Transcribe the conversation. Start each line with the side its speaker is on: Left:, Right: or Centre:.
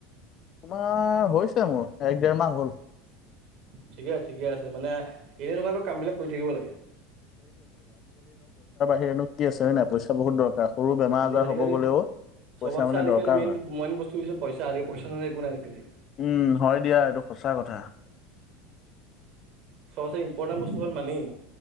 Left: তোমাৰ হৈছে মোৰ এক দেৰ মাহ হ'ল
Right: ঠিকে ঠিকে আছে মানে এনে ধৰকা অলপ কাম বিলাক কৰি থাকিব লাগে
Left: সেইনো কি আছে হয় নে নাই পইচা বহুত দৰকাৰ সৰু বেমাৰ
Right: আজি
Left: আজাৰ
Right: আজিকালি
Left: হব গ'লেও পইচা
Right: চবতছে
Left: মানে
Right: আজিকালি
Left: দৰকাৰ
Right: মন
Left: হয়
Right: মন বস্তু হৈছে পইাে পইচা নহয় একো নাই আজিকালি
Left: উম হয় দিয়া এইটো সঁচা কথা।
Right: সবচে ইম্পৰ্টেণ্ট বস্তু হল মানি